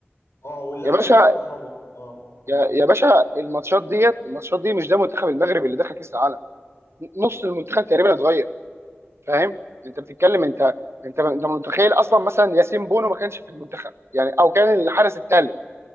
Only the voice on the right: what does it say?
يا
باشا
يا, يا باشا الماتشات ديت الماتشات دي مش ده منتخب المغرب اللي دخل كاس العالم نص المنتخب تقريبا اتغير فاهم انت بتتكلم انت انت انت متخيل اصلا مثلا ياسين بونو ما كانش في المنتخب يعني او كان الحارس الثالث